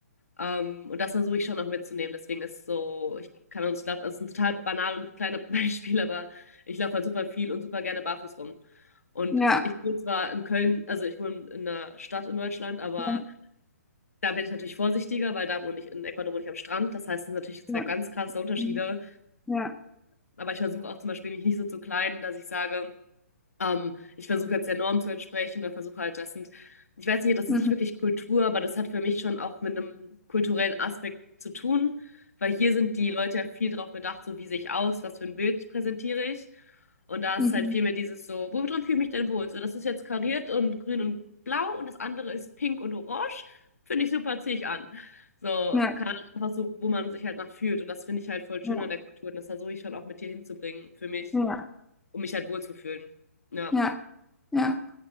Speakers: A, on the left; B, in the centre.
A: Ähm, und das versuche ich schon noch mitzunehmen. Deswegen ist so, ich kann uns, glaub, also es ist ein total banal und kleines <laughs> Beispiel, aber ich laufe halt super viel und super gerne barfuß rum. Und
B: Ja.
A: ich wohne zwar in Köln, also ich wohne in einer Stadt in Deutschland, aber
B: Ja.
A: da bin ich natürlich vorsichtiger, weil da wohne ich, in Ecuador wohne ich am Strand. Das heißt, es sind natürlich zwei
B: Ja. Ja.
A: ganz krasse Unterschiede.
B: Mhm. Ja.
A: Aber ich versuche auch zum Beispiel mich nicht so zu kleiden, dass ich sage, Ähm, ich versuche jetzt der Norm zu entsprechen oder versuche halt, das sind, ich weiß nicht, das
B: Mhm.
A: ist nicht wirklich Kultur, aber das hat für mich schon auch mit einem kulturellen Aspekt zu tun, weil hier sind die Leute ja viel darauf bedacht, so wie sehe ich aus, was für ein Bild präsentiere ich. Und da ist
B: Mhm.
A: halt viel mehr dieses so, wo drin fühle ich mich denn wohl? So, das ist jetzt kariert und grün und blau und das andere ist pink und orange. Finde ich super, ziehe ich an. So,
B: Ja.
A: keine Ahnung, einfach so, wo man sich halt nach fühlt. Und das finde ich halt voll schön
B: Ja.
A: an der Kultur. Und das versuche ich schon auch mit dir hinzubringen für mich,
B: Ja.
A: um mich halt wohlzufühlen. Ja.
B: Ja. Ja.